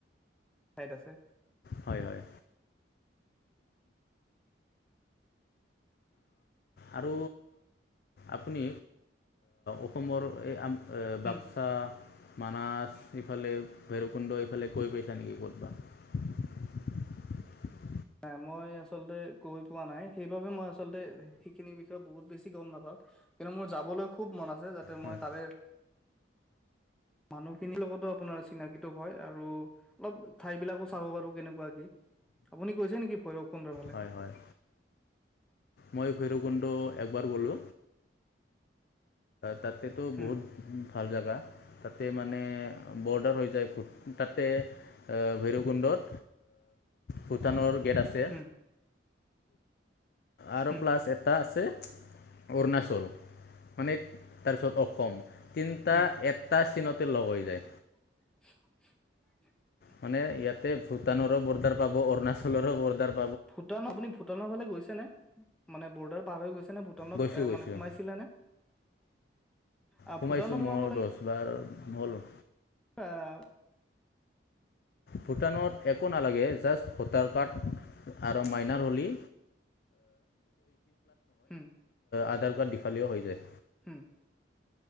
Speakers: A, in the centre; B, on the left.
A: ঠাইত আছে
B: হয় হয় আৰু আপুনি অসমৰ এই
A: হম
B: বাক্সা মানছ ইফালে ভৈৰৱকুণ্ড ইফালে কৈ পাইছা নেকি ক'তব <unintelligible>
A: ন মই আচলতে গৈ পোৱা নাই সেইবাবে মই আচলতে সেইখিনিৰ বিষয়ে বহুত বেছি গম নাপাওঁ কিন্তু মোৰ যাবলৈ খুব মন আছে যাতে
B: হয়।
A: মই তাৰে মানুহখিনিৰ লগতো আপোনাৰ চিনাকিতো হয় আৰু অলপ ঠাই বিিলাকো চাব পাৰো কেনেকুৱা কি আপুনি কৈছে নেকি ভৈৰৱ কুমৰা ফালে
B: হয় হয় মই ভৈৰৱকুণ্ড একবাৰ বলো তাতেতো
A: হম
B: বহুত ভাল জেগা তাতে মানে বৰ্ডাৰ হৈ যায় তাতে ভৈৰুৱকুণ্ডত ভূটানৰ গেট আছে
A: হম
B: আৰু
A: হম
B: প্লাছ এটা আছে অৰুণাচল মানে তাৰপিছত অসম তিনিটা
A: হম
B: এটা িনতে লগ হৈ যায়
A: <unintelligible>
B: মানে ইয়াতে ভূটানৰো বৰ্ডাৰ পাব অৰুণাচলৰো বৰ্ডাৰ পাব
A: ভূটান আপুনি ভূটানৰ ফালে গৈছে নে মানে বৰ্ডাৰ পাৰ হৈ গৈছে ে ভূটানত
B: গৈছোঁ
A: এ
B: গৈছোঁ
A: মানে সোমাইছিলে নে আহ
B: সোমাইছো
A: ভূটানত সোমাব
B: মই দহ বাৰ হ'লো
A: অ
B: ভূটানত একো নালাগে জাষ্ট ভোটাৰ কাৰ্ড আৰু মাইনাৰ হ'লী
A: হম
B: আধাৰ কাৰ্ড দেখালেও হৈ যায়
A: হম